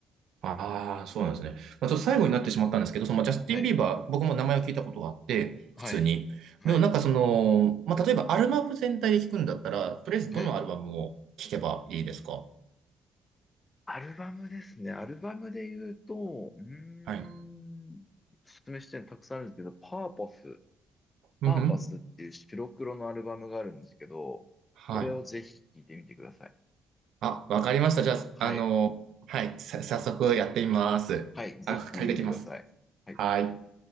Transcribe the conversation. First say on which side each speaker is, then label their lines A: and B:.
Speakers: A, on the right (about 75°); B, on the left (about 25°).
A: ああ、
B: うん。
A: そうなんですね。まあ、
B: うん。
A: ちょっと最後になってしまったんですけど、そのまあジャスティン・
B: はい。
A: ビーバー、僕も名前を聞いたことがあって、
B: はい。
A: 普通に。
B: はい。
A: でもなんかその、まあ、例えばアルバム全体で聞くんだったら、とりあえずどのアルバムを聞けばいいですか
B: はい。アルバムですね。アルバムで言うと、うーん、
A: はい。
B: おすすめしてるのたくさんあるんですけど、パーパス、パーパスっていう白黒のアルバムがあるんですけど、
A: うんうん。はい。
B: それをぜひ聴いてみてください。
A: あ、わかりました。じゃあ、
B: はい。
A: あの、はい、さ、早速やってみます。
B: はい、ぜひ聞いてみてください。
A: あ、借りてきます。
B: はい
A: はい。